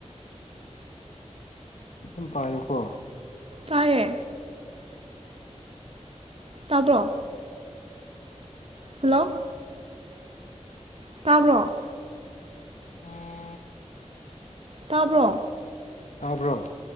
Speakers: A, on the left; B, on the right.
A: ꯑꯗꯨꯝ ꯄꯥꯏꯌꯨꯀꯣ
B: ꯇꯌꯦ ꯇꯥꯕ꯭ꯔꯣ ꯍꯜꯂꯣ ꯇꯥꯕ꯭ꯔꯣ
A: ꯑꯣ
B: ꯇꯥꯕ꯭ꯔꯣ
A: ꯇꯥꯔꯕ꯭ꯔꯣ